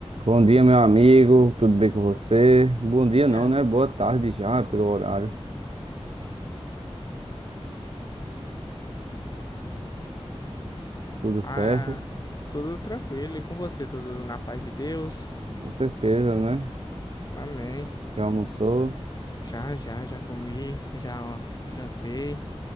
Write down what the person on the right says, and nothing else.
Bom dia, meu amigo. Tudo bem com você? Bom dia, não,
né? Boa tarde já, pelo horário. Tudo certo?
Com certeza, né?
Já almoçou?